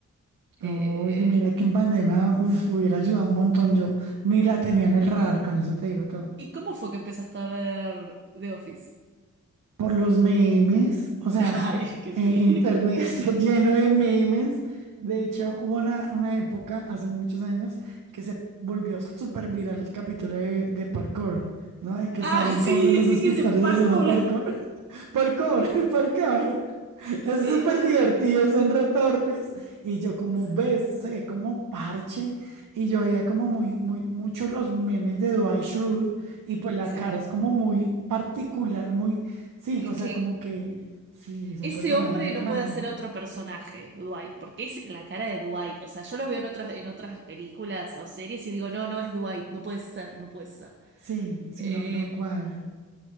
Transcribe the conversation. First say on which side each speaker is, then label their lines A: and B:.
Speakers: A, on the right; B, on the right.
A: Eh,
B: Oye, mira que en pandemia, uf, hubiera ayudado un montón. Yo ni la tenía en el radar, con eso te digo todo.
A: ¿y cómo fue que empezaste a ver The Office?
B: Por los memes,
A: <laughs>
B: o sea,
A: Ay, es que sí.
B: eh, internet <laughs> está lleno de memes. De hecho, hubo una, una época, hace muchos años, que se volvió súper viral el capítulo de, de parkour, ¿no? De que
A: Ah,
B: salen todos
A: sí,
B: en los
A: sí
B: escritorios
A: que hice parkour.
B: haciendo parkour.
A: <laughs>
B: Parkour, <laughs> parkour. Es
A: Eh,
B: súper divertido y son retorpes. Y yo como
A: sí.
B: ves, se ve como parche. Y yo veía como muy, muy, muchos los memes de Dwight Schrute. Y pues la
A: Sí.
B: cara es como muy particular, muy, sí,
A: Es
B: o
A: que
B: sea, como que, sí, es
A: Ese
B: un personaje
A: hombre
B: muy
A: no
B: random.
A: puede hacer otro personaje, Dwight, porque es la cara de Dwight. O sea, yo lo veo en otras, en otras películas o series y digo, no, no es Dwight, no puede ser, no puede ser.
B: Sí, sí,
A: Eh,
B: no, no cuadra.